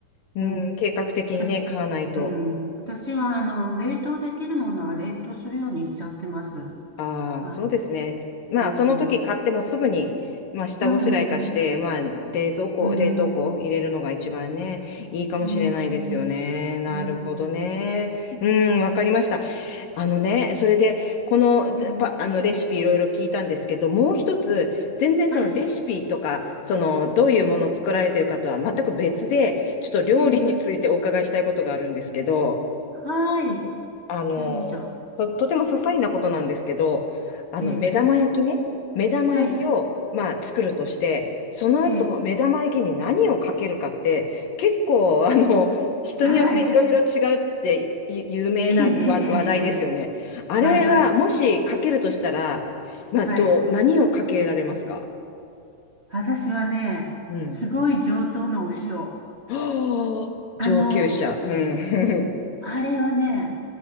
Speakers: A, on the left (about 75°); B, on the right (about 25°).
A: うん、
B: うん、
A: 計画的にね、
B: つ私、
A: 買わないと。
B: うん、私は、あの、冷凍できるものは冷凍するようにしちゃってます。
A: ああ、
B: はい。
A: そうですね。まあ、
B: うん、
A: その時買ってもすぐに、まあ、下ごしらえ化して、
B: うん、
A: まあ、冷蔵庫、
B: うん、
A: 冷凍庫入れるのが一番ね、いいかもしれないですよね。
B: うん、
A: なるほどね。
B: うん。
A: うん、わかりました。あのね、それで、この、でパ、
B: えー、
A: あの、レシピいろいろ聞いたんですけど、もう一つ、全然そのレシピとか、
B: はい、
A: その、どういうもの作られてるかとは全く別で、
B: はい、
A: ちょっと料理についてお伺いしたいことがあるんですけど、
B: えー、はい、
A: あの、
B: なんでしょ
A: と、とても些細なことなんですけど、あの、
B: う。えー、
A: 目玉焼きね、目玉焼きを、
B: はい、
A: まあ、作るとして、その後、
B: えー、
A: 目玉焼きに何をかけるかって、結構、あの、人によっていろいろ違うってい有名な話、
B: はい、えー、えー、えー、
A: 話題ですよね。あれは、
B: はい、はい、
A: もしかけるとしたら、まあ、
B: はい。
A: どう、何をかけられますか
B: 私はね、
A: うん。
B: すごい上等のお塩。
A: <gasps> はあ、上級者。
B: あの、
A: うん。
B: あれはね、